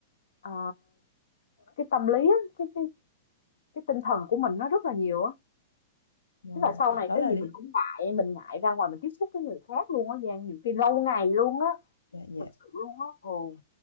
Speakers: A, on the left; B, on the left.
A: ờ, cái tâm lý á, cái cái cái tinh thần của mình nó rất là nhiều á
B: vâng.
A: tức là sau này
B: đó
A: cái
B: là
A: gì
B: lý
A: mình cũng ngại mình ngại ra ngoài mình tiếp xúc với người khác luôn á Giang nhiều khi lâu ngày luôn á
B: dạ dạ
A: thực sự luôn á Ồ,